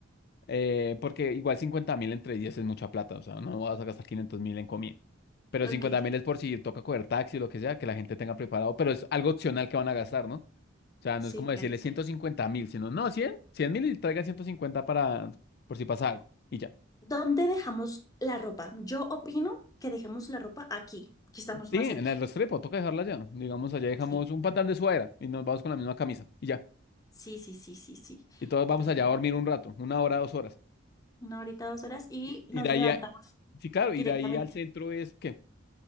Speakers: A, on the left; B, on the left.
A: eh, porque igual 50 mil entre 10 es mucha plata. O sea, no vas a gastar 500 mil en comida. Pero
B: Ok,
A: 50 mil es por si toca coger taxi o lo que sea, que la gente tenga preparado. Pero es algo opcional que van a gastar, ¿no? O sea,
B: sí,
A: no es como
B: claro.
A: decirle 150 mil, sino no, 100, 100 mil y traigan 150 para, por si pasa algo. Y ya.
B: ¿Dónde dejamos la ropa? Yo opino que dejamos la ropa aquí, que estamos
A: Sí,
B: más
A: en
B: cerca.
A: el Restrepo, toca dejarla allá. Digamos, allá dejamos
B: Sí,
A: un pantalón de suadera y nos vamos con la misma camisa y ya.
B: sí, sí, sí, sí, sí.
A: Y todos vamos
B: Entonces,
A: allá
B: bueno,
A: a dormir un rato, una hora, dos horas.
B: una horita, dos horas y
A: Y, y
B: nos
A: de ahí,
B: levantamos
A: a- sí, claro, y
B: directamente.
A: de ahí al centro es, ¿qué?